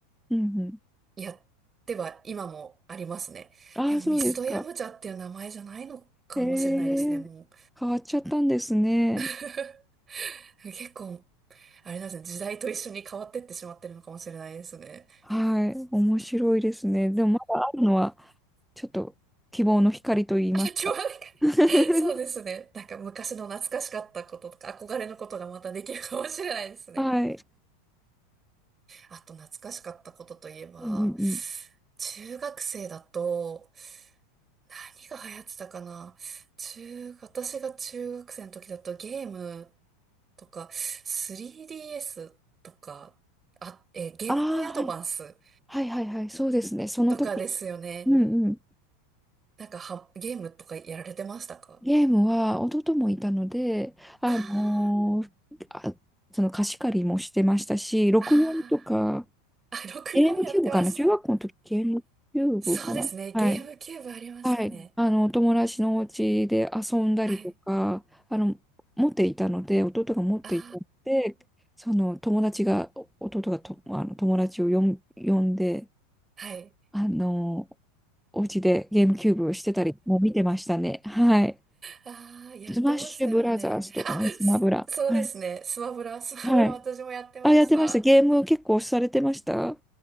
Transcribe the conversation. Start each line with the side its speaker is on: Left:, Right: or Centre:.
Centre: うんうん。
Right: やっては今もありますね。
Centre: ああ、
Right: でもミスドヤムチャっていう名前じゃないのかもしれないですね、
Centre: そうですか。へえ、
Right: もう。
Centre: 変わっちゃったんですね。
Right: <laughs> 結構、あれなんですね、時代と一緒に変わってってしまってるのかもしれないですね。
Centre: はい。面白いですね。でもまだあるのは、ちょっと希望の光と言いますか。
Right: あ、今日はなんかねそうですね、
Centre: <laughs>
Right: なんか昔の懐かしかったこととか憧れのことがまたできるかもしれないですね。
Centre: はい。
Right: あと懐かしかったことといえば、
Centre: うんうんうん。
Right: 中学生だと、何が流行ってたかな中、私が中学生の時だとゲームとか、3DS とか、あ、えー、ゲームボーイアドバンス
Centre: ああ、はい。はいはいはい。そうですね。その時。
Right: とかですよね。
Centre: うんうん。
Right: なんかは、ゲームとかやられてましたか
Centre: ゲームは弟もいたので、あのーあ、
Right: あ
Centre: その貸し借りもしてましたし、6年とか、
Right: あー、あーあ、64やってました。
Centre: ゲームキューブかな中学校の時、ゲームキューブかなはい。
Right: そうですね。ゲームキューブありましたね。
Centre: はい、あの、お友達のお家で遊んだりとか、
Right: はい。
Centre: あの、持っていたので、弟が持っていたので、
Right: あ
Centre: その友達が、弟がと、あの友達を呼ん、呼んで、
Right: あ、はい。
Centre: あの、お家でゲームキューブをしてたりもう見てましたね。はい。
Right: ああ、やってましたよね。
Centre: スマッシュブラザーズとかね、
Right: あ、
Centre: スマブラ。
Right: すそうですね。
Centre: はい。
Right: スマブラ、スマブラ私もやってました。
Centre: はい。あ、やってました。ゲーム結構されてました